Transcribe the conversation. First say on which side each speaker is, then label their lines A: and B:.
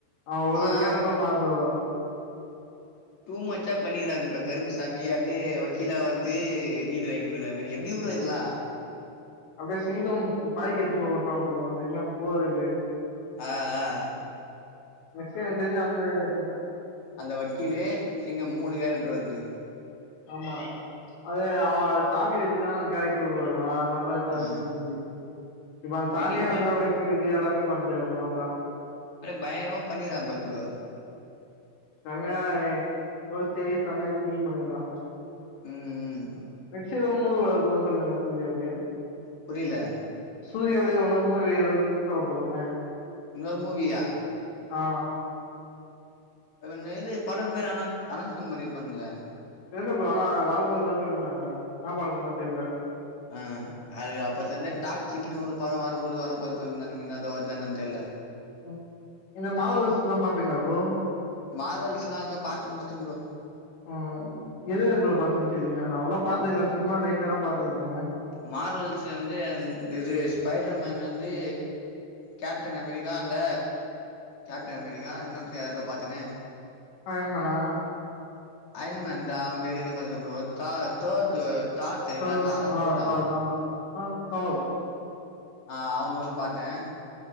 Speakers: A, on the left (about 85°); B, on the left (about 45°).
A: அ ஒருத
B: ஆனா
A: கெட்டப்லா மாறுதோ
B: டூ மச்சா பண்ணிக்கிறாங்க ப்ரோ கருப்புசாமியே அப்டியே வக்கீலா வந்து நீதி வாங்கி குடுக்கிறா மாரி எப்டி ப்ரோ இதெல்லா
A: அப்டியே சிங்கம் பைக்கு எடுத்துனு போயி ஓட்டுவா பாரு சிங்கம் போறதுக்கு
B: அ அ
A: மேக்ஸி எனக்கு தெரிஞ்ச அந்த நா
B: அந்த வக்கீலு சிங்க மூணு கேரக்டர் வருது
A: ஆமா அது அவ அது சாமி வச்சுதான அது கேரக்டர் வருவா <unintelligible>
B: ஆ
A: இவ சாமியே
B: எடி ப
A: வந்துதா வக்கீலு எல்லாமே பன்து அதுனால்தா
B: பயங்கரமா பண்ணிறா பாரு ப்ரோ
A: செமையா யோசிச்சி சமையதில் பண்ணிருவா
B: ம் ம்
A: <unintelligible>
B: புரியல
A: சூர்ய உதயம் ஆகும் போது ஏதோ ரீஸ் ஆக போதாம
B: இன்னொரு மூவியா
A: ஆஹ்
B: இது வந்து படம் பேரு அ அனௌன்ஸ்மெண்ட் பண்ணியிருப்பானுங்களா
A: தெர்ல ப்ரோ ஆனா வரப்போதுல்லா சொல்லிருந்தாங்க என்ன படம்னு தான் தெரியல
B: ஆஹ் அது அப்பத்துல இருந்தே டாக் சிக்குனு ஒரு படம் வரபோது வரபோது ஸோ இன்னான்னுக்கு அது வருதா என்னனு தெரியல
A: ம் இந்த மாடோஸ் எல்லாம் பாப்பீங்களா ப்ரோ
B: மார்வெல்ஸ் எல்லாம் அதெல்லா பாத்து முடிச்சுட்ட ப்ரோ
A: ஆஹ் எத எத ப்ரோ பாத்து முடிச்சுருக்கிங்க நா அவ்வளவா பாத்து இல்ல சும்மா லைட்டா தான் பா்த்ததுருக்கேன்
B: மார்வெல்ஸ் வந்து அந் இது ஸ்பைடர்மன்ல இருந்து கேப்டன் அமெரிக்கா அந்த கேப்டன் அமெரிக்கா இன்னோன்த்த ஏதோ பாத்தனே
A: அயன்மேனா
B: அயன் மேன்தா அந்த ஏரின பாத்தனா ப்ரோ த தோர்து தார் தெரியுல
A: த
B: தாரா
A: ஆஹ்
B: தோரா
A: த ஆஹ் ஆஹ் த <unintelligible>
B: ஆஹ் அவன்து ஒண்ணு பாத்தேன்